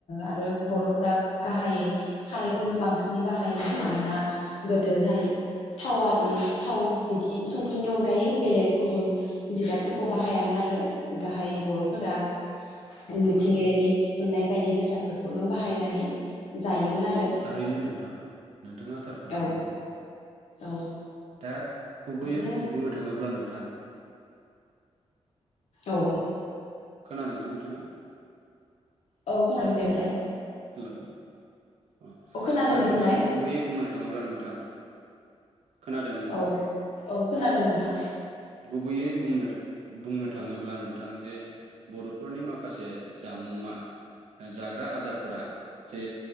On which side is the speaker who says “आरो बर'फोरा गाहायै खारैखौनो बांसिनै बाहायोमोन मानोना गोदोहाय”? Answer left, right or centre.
Left